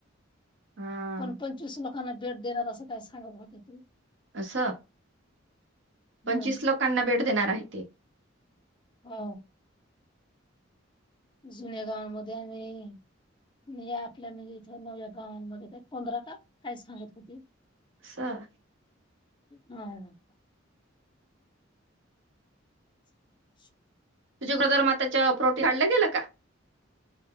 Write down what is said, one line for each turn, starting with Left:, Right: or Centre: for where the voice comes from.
Right: हा
Left: पण पंचवीस म दोकांना बेट देणार असं काय सांगत होते ते
Right: अस पंचवीस
Left: हो
Right: लोकांना बेट देणार आहे ते
Left: ह. जुन्या गावांमध्ये आणि या आपल्या म्हे इथ नव्या गावांमध्ये का पंधरा का काही सांगत होते?
Right: असं
Left: हा. <unintelligible>
Right: तुझ्या ब्रदर माताच्या प्रोटी हाडल्या गेलं का?